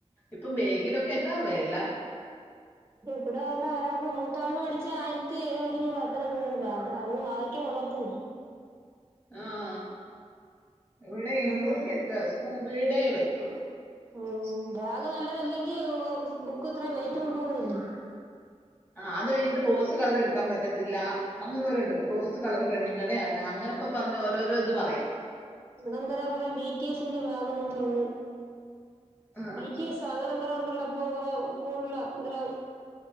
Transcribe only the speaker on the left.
ഇപ്പൊ ബേഗിനൊ ക്കെന്താ വെല
ആഹ് ഇവിടെ എണ്ണൂറ്റി
എത്ര സ്കൂബീടെ റെ റ്റൊള്ളൂ
ആഹ് അത് കഴിഞ്ഞിട്ട് റോസ് കളർ എടുക്കാൻ പറ്റത്തില്ല അങ്ങനെ ഓരോ ഉണ്ട് റോസ് കളർ പെണ്ണുങ്ങടെയാണ് അങ്ങനെയൊക്കെ പറഞ്ഞ് ഓരോരോ ഇത് പറയും
ആ